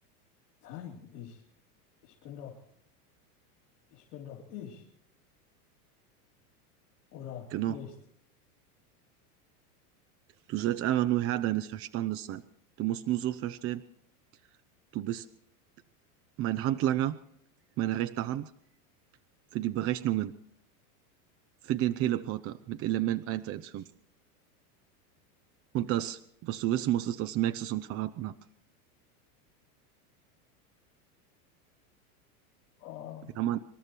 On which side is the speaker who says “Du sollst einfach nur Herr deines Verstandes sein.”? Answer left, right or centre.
Right